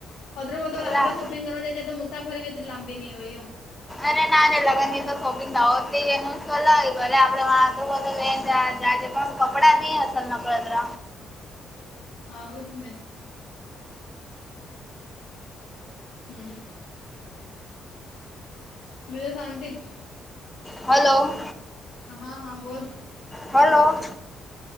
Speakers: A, on the left; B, in the centre.
A: અ બધો લાંબે
B: લા
A: શોપિંગ કરવા જાય તો, મુફત ફરવી એ લાંબી નહી ઈ હોય એમ.
B: અરે ના, ને લગ્ન તો શોપિગ ના હો, એનું સલાય ભલે. આપડે વા હો તો લઈને જ. જે પણ કપડા નહીં હસલ, નકળતત્ર
A: હદને. હમ. હવે શાંતિ.
B: હલો.
A: હા, હા, બોલ.
B: હલો.